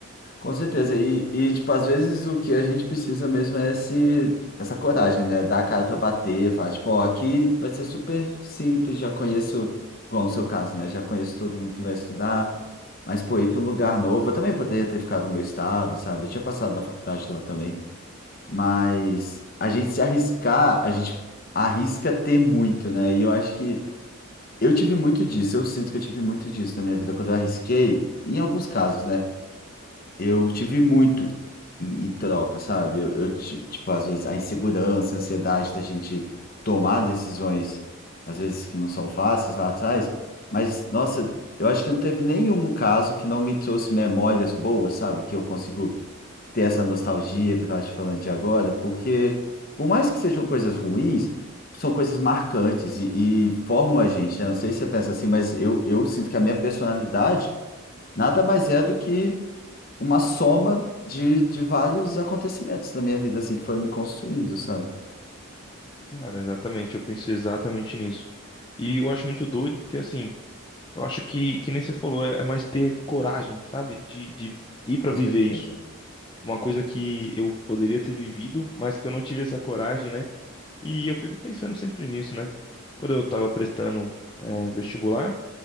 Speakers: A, on the left; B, on the left.
A: Com certeza. E, e, tipo, às vezes o que a gente precisa mesmo é esse, essa coragem, né? Dar a cara pra bater, falar, tipo, ó, aqui vai ser super simples, já conheço, igual no seu caso, né? Já conheço todo mundo que vai estudar. Mas, pô, ir para um lugar novo, eu também poderia ter ficado no meu estado, sabe? Eu tinha passado na faculdade lá também. Mas a gente se arriscar, a gente arrisca ter muito, né? E eu acho que eu tive muito disso, eu sinto que eu tive muito disso na minha vida. Quando eu arrisquei, em alguns casos, né? Eu tive muito em, em troca, sabe? Eu, eu ti- tipo, às vezes a insegurança, a ansiedade da gente tomar decisões, às vezes que não são fáceis lá atrás. Mas, nossa, eu acho que não teve nenhum caso que não me trouxe memórias boas, sabe? Que eu consigo ter essa nostalgia que eu estava te falando de agora, porque por mais que sejam coisas ruins, são coisas marcantes e, e formam a gente. né? não sei se você pensa assim, mas eu, eu sinto que a minha personalidade nada mais é do que uma soma de, de vários acontecimentos da minha vida, assim, que foram me construindo, sabe?
B: Cara, exatamente, eu penso exatamente nisso. E eu acho muito doido, porque assim, eu acho que, que nem você falou, é é mais ter coragem, sabe? De, de ir pra
A: Com
B: viver
A: certeza.
B: isso. Uma coisa que eu poderia ter vivido, mas que eu não tive essa coragem, né? E eu fico pensando sempre nisso, né? Quando eu tava prestando, eh, vestibular,